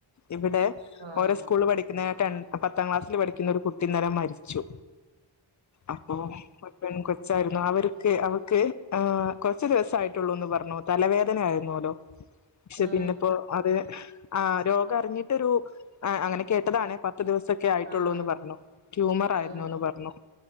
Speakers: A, on the left; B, on the right.
A: ഇവിടെ
B: ആ
A: ഓരേ സ്കൂള് പഠിക്ക്ന്ന ടെൻ പത്താം ക്ലാസ്സില് പഠിക്ക്ന്നോരു കുട്ടിന്നലെ മരിച്ചു അപ്പൊ ഒര് പെൺകൊ ച്ചായിരുന്നു അവർക്ക് അവൾക്ക് കൊറച്ച് ദിവസയിട്ടുള്ളൂന്ന് പറഞ്ഞു തലവേദന ആയിരുന്നോല്ലോ പക്ഷെ
B: ആ
A: പിന്നെപ്പോ അത് ആ രോഗം അറിഞ്ഞിട്ടൊരു അ അങ്ങനെ കേട്ടതാണ് പ ത്ത് ദിവസൊക്കെ ആയിട്ടൊള്ളൂന്ന്
B: ആ ആ
A: പറഞ്ഞു ട്യൂമർ ആയിരുന്നുന്ന്
B: ആഹ്
A: പറഞ്ഞു